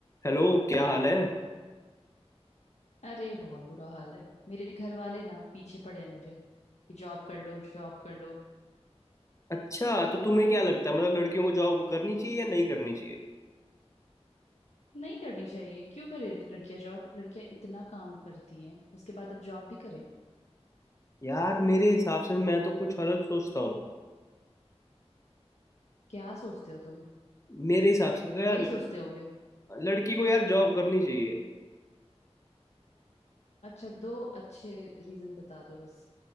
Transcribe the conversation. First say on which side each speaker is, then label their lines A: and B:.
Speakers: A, on the left; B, on the left.
A: Hello क्या हाल है
B: अरे बहुत बुरा हाल है मेरे घर वाले ना पीछे पड़े हैं मेरे कि जॉब कर लो जॉब कर लो
A: अच्छा तो तुम्हें क्या लगता है मतलब लड़कियों को जॉब करनी चाहिए या नहीं करनी चाहिए
B: नहीं करनी चाहिए क्यों करे लड़कियां जॉब लड़कियां इतना काम करती हैं उसके बाद अब जॉब भी करे
A: यार मेरे हिसाब से मैं तो कुछ अलग सोचता हूँ
B: क्या सोचते हो तुम
A: मेरे हिसाब से तो यार
B: वही सोचते होगे
A: लड़की को यार जॉब करनी चाहिए
B: अच्छा दो अच्छे रीजन बता दो बस